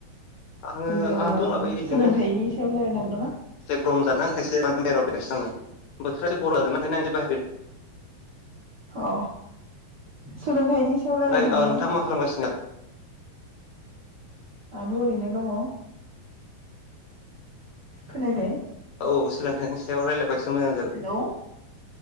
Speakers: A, on the left; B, on the right.
A: आङो
B: जोङो
A: आं दंलाबायो बिदिनो
B: सोलोंथाइनि
A: एसे
B: सायाव रायलायनांगोन
A: <unintelligible>
B: नामा?
A: माने बाहेरायाव फैगासिनो आङो बोथोरा गरम जासोनाखायनो <unintelligible>
B: औ सोलोंथाइनि सायाव
A: बेराय
B: रायलायनो
A: ओमफ्राय
B: हागोन
A: ओ नोंथाङा
B: नामा
A: मा खालामगासिनो
B: आंथ' ओरैनो दङ खोनायाखै
A: औ सोलोंथाइनि सायाव रायलायबा एसे मोजां जागोन
B: हेलौ